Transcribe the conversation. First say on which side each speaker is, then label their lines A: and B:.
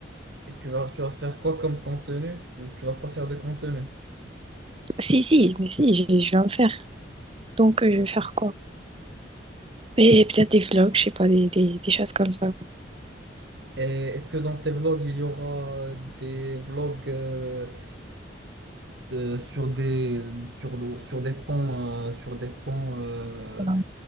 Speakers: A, on the right (about 65°); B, on the right (about 30°).
A: Et tu vas, tu vas faire quoi comme contenu ou tu vas pas faire de contenu?
B: Si, si, mais si, je, je vais en faire. Donc, euh, je
A: Ok.
B: vais faire quoi? Et peut-être des vlogs, je sais pas, des, des, des choses comme ça.
A: Et est-ce que dans tes vlogs, il y aura euh, des vlogs euh, de- sur des sur, le- sur des ponts euh, sur des ponts euh,
B: Voilà.